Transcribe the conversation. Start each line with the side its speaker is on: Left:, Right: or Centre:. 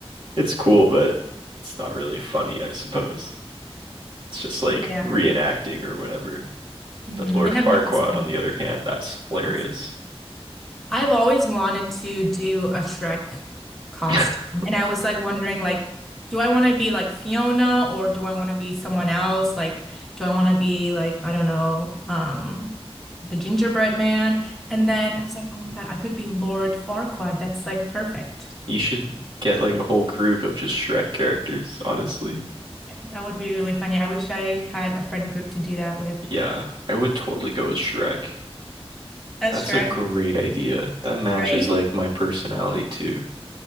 Right: It's cool, but it's not really funny, I suppose. It's just like
Centre: Yeah.
Right: reenacting or whatever.
Centre: hmm
Right: But Lord
Centre: And
Right: Farquaad,
Centre: I've never seen
Right: on the other hand, that's
Centre: Impossible.
Right: hilarious.
Centre: I've always wanted to do a Shrek costume.
Right: <laughs>
Centre: And I was like wondering like do I want to be like Fiona or do I want to be someone else? Like do I want to be like I don't know, um the gingerbread man? And then I was like, "Oh my God, I could be Lord Farquaad. That's like perfect."
Right: You should get like a whole group of just Shrek characters, honestly.
Centre: That would be really funny. I wish I had a friend group to do that with.
Right: Yeah, I would totally go with Shrek.
Centre: As
Right: That's
Centre: Shrek,
Right: a great idea. That matches
Centre: right?
Right: like my personality too.